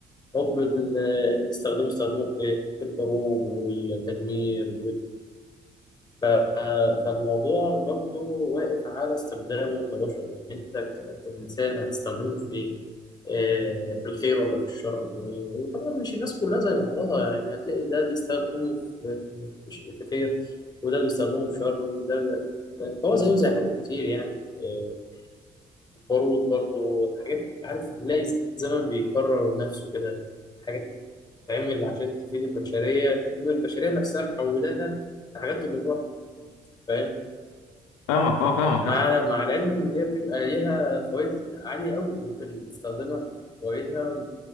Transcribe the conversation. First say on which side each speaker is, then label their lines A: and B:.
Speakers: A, on the left; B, on the left.
A: هوب ال- اللي استخدموه استخدموه في ايه في الحروب والتدمير ف- فالموضوع برضو واقف على استخدامه كبشر يعني انت ك- كإنسان هتستخدمه في ايه؟ آه، في الخير ولا في الشر وطبعا مش الناس كلها زي بعضها يعني هتلاقي ده بيستخدمه في في ش- في خير وده بيستخدمه في شر وده ب- يعني هو زيه زي حاجات كتير يعني آه، البارود برضو حاجات عارف تلاقي الزمن بيكرر نفسه كده حاجات تتعمل عشان تفيد البشرية تقوم البشرية نفسها محولاها لحاجات تضرها فاهم
B: فاهمك اه فاهمك
A: مع
B: يا اسطى
A: مع العلم ان هي بيبقى ليها فوائد عاليه قوي ممكن تستخدمها في فوائدها